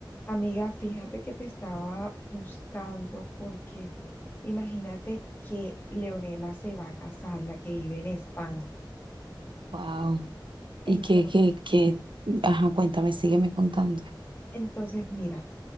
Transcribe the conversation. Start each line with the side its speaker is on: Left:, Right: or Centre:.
Left: Amiga, fíjate que te estaba buscando porque imagínate que Leonela se va a casar, la que vive en España.
Right: Wow. Y
Left: Entonces,
Right: que, que, que, ajá, cuéntame, sígueme contando.
Left: entonces mira,